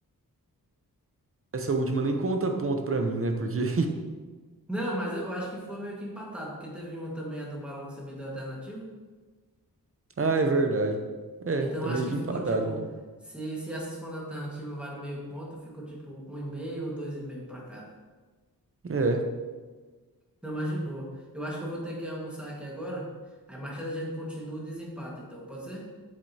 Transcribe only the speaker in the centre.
Não, mas eu acho que foi meio que empatado, porque teve uma também, a do balão, que você me deu a alternativa.
Então
acho
que
ficou
tipo,
se, se essa segunda alternativa vale meio ponto, ficou tipo um e meio ou dois e meio pra cada.
Não, mas de boa. Eu acho que eu vou ter que almoçar aqui agora. Aí mais tarde a gente continua o desempate, então, pode ser?